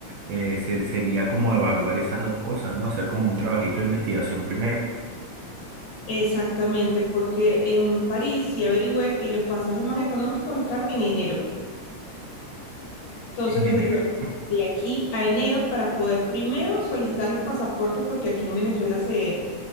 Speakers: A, on the right (about 65°); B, on the left (about 70°).
A: eh, se- sería como evaluar esas dos cosas, ¿no? Hacer como un trabajito de investigación primero,
B: exactamente, porque en París sí averigüé y los pasajes más económicos están en enero. Entonces
A: en
B: tendríamos
A: enero.
B: de aquí a enero para poder primero solicitar los pasaportes, porque aquí en Venezuela se